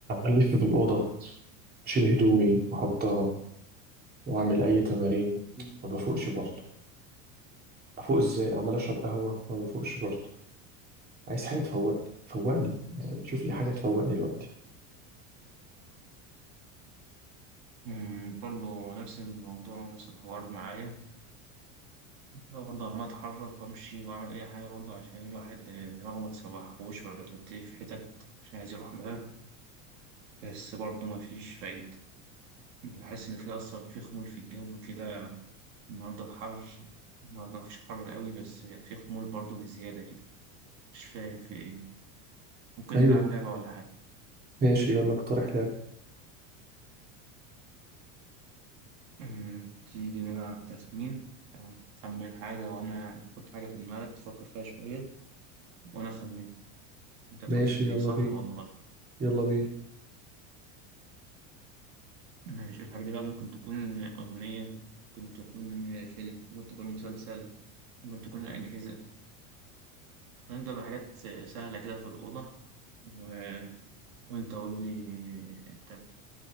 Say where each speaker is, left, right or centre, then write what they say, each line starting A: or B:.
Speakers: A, on the right; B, on the right.
A: ألف في الأوضة أشيل هدومي وأحطها وأعمل أي تمارين ما بفوقش برضه أفوق إزاي عمال أشرب قهوة ما بفوقش برضه عايز حاجة تفوقني فوقني يعني شوف لي حاجة تفوقني دلوقتي
B: أمم، برضو نفس الموضوع ونفس الحوار معايا هو برضه عمال أتحرك وأمشي وأعمل أي حاجة برضه عشان الواحد دماغه ما تسوحهوش ولا توديه في حتت مش عايز يروح لها بس برضه مفيش فايدة حاسس إن في أصلا في خمول في الجو كده النهاردة الحر النهاردة مفيش حر قوي بس في خمول برضه بزيادة كده مش فاهم في إيه ممكن
A: أيوه
B: نلعب لعبة ولا حاجة
A: ماشي يلا اقترح لعب
B: أمم، تيجي نلعب تخمين يعني خمن حاجة وأنا تحط حاجة في دماغك تفكر فيها شوية وأنا أخمن انت تقول
A: ماشي
B: لي
A: يلا
B: إيه؟ صح
A: بينا
B: ولا غلط
A: يلا بينا
B: ماشي الحاجة دي بقى ممكن تكون أغنية ممكن تكون فيلم ممكن تكون مسلسل ممكن تكون أجهزة هنبدأ بحاجات سهلة كده في الأوضة و... وأنت قول لي أنت